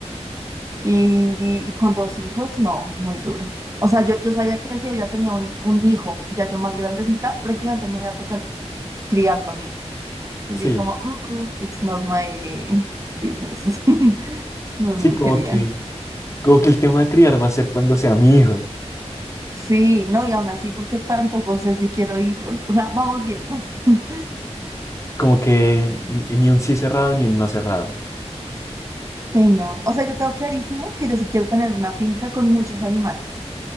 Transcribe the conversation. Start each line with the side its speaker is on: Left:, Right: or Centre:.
Right: Y, y con dos hijos, no, muy duro. O sea, yo, yo sabía que si ella tenía un, un hijo, ya yo más grandecita, prácticamente me iba a tocar criarlo a mí. Entonces
Left: sí,
Right: yo como, "Mm, mm, it's not my business. <laughs> No,
Left: sí,
Right: no
Left: como
Right: quería.
Left: que, como que el tema de criar va a ser cuando sea mi hijo.
Right: Sí, no, y aún así, porque tampoco sé si quiero hijos. O sea, vamos viendo. <laughs>
Left: Como que ni ni un sí cerrado ni un no cerrado.
Right: Sí, no. O sea, yo tengo clarísimo que yo sí quiero tener una finca con muchos animales,